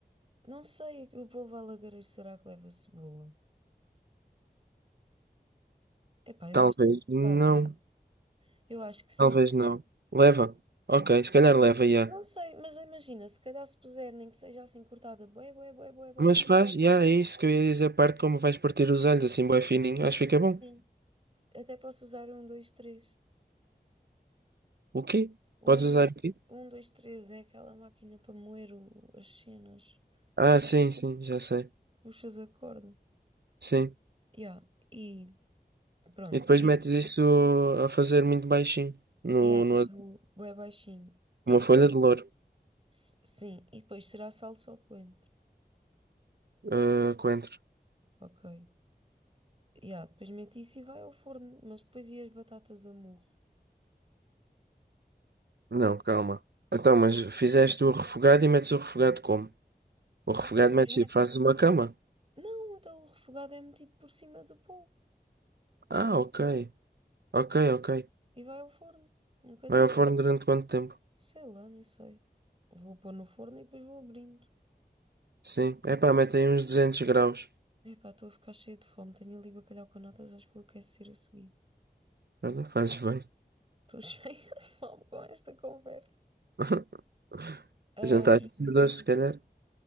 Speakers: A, on the right; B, on the right.
A: não sei, o polvo alagarejo será que leva cebola? Epá, eu
B: Talvez
A: acho que
B: não.
A: talvez. Eu acho que sim.
B: Talvez não. Leva? Ok, se calhar leva, já.
A: Não sei, mas imagina, se calhar se puser, nem que seja assim cortada, bué, bué, bué, bué, bué.
B: Mas faz, yeah, é isso que eu ia dizer, a parte como vais partir os alhos, assim, bué fininho, acho que fica bom.
A: Sim. Até posso usar um, dois, três.
B: O quê?
A: O
B: Podes
A: um, dois,
B: usar o quê?
A: um, dois, três é aquela máquina para moer o- as cenas que
B: Ah,
A: pu-
B: sim, sim, já sei.
A: puxas a corda.
B: Sim.
A: Yeah. E pronto.
B: E depois
A: E
B: metes isso a fazer muito baixinho, no,
A: yeah, tipo,
B: no,
A: bué baixinho. E
B: uma
A: depois,
B: folha de louro,
A: s- sim, e depois será salsa ou coentro.
B: ah, coentro.
A: Ok. Yeah, depois mete isso e vai ao forno, mas depois e as batatas a murro.
B: Não, calma. Então, mas fizeste o refogado e metes o refogado como? O refogado
A: Até depois
B: metes,
A: mete-
B: fazes uma cama?
A: Não, então o refogado é metido por cima do polvo.
B: Ah, ok. Ok, ok.
A: E vai ao forno. Um bocadinho.
B: Vai ao forno durante quanto tempo?
A: Sei lá, nem sei. Vou pôr no forno e depois vou abrindo.
B: Sim. Epá, mete aí uns 200 graus.
A: Epá, estou a ficar cheia de fome. Tenho ali bacalhau com natas, acho que vou aquecer a seguir.
B: Olha, fazes bem.
A: Estou <laughs> cheia de fome com esta conversa.
B: <laughs>
A: Ah,
B: Jantar
A: e,
B: de cedores, se calhar.